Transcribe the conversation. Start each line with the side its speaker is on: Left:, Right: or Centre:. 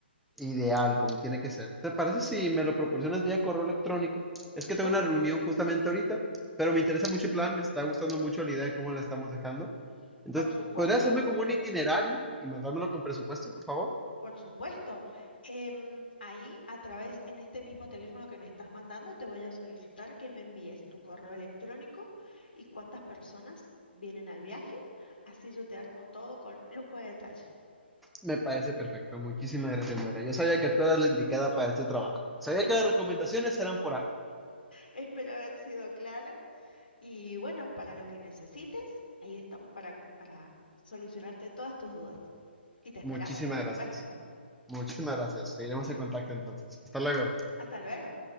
Centre: Ideal, como tiene que ser. ¿Te parece si me lo proporcionas vía correo electrónico? Es que tengo
Left: Por,
Centre: una reunión justamente ahorita, pero me interesa mucho el plan, me está gustando mucho la idea de cómo la estamos dejando. Entonces,
Left: por supuesto,
Centre: podría hacerme como un itinerario y mandármelo con presupuesto, por favor?
Left: por supuesto. Em, ahí a través, en este mismo teléfono que me estás mandando, te voy a solicitar que me envíes tu correo electrónico y cuántas personas vienen al viaje. Así yo te armo todo con lujo de detalle.
Centre: Me parece perfecto. Muchísimas gracias, Nora. Yo sabía que tú eras la indicada para este trabajo. Sabía
Left: Es-
Centre: que las recomendaciones eran por algo.
Left: Espero haber sido clara Y bueno, para lo que necesites, ahí estamos para, para solucionarte todas tus dudas. Y te esperamos,
Centre: Muchísimas
Left: por supuesto.
Centre: gracias. Muchísimas gracias. Seguiremos en contacto entonces. Hasta luego.
Left: Hasta luego.